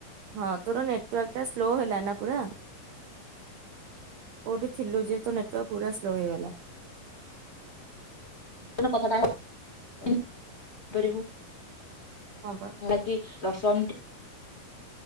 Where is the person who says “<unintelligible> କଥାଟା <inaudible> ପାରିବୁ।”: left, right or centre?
Left